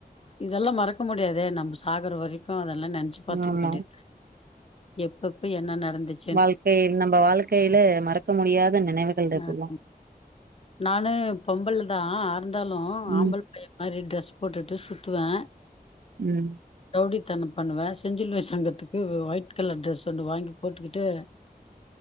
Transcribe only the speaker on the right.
ஆமா
வாழ்க்கை நம்ம வாழ்க்கையில மறக்க முடியாத நெனைவுகள் இதுல்லா
ம்
ம்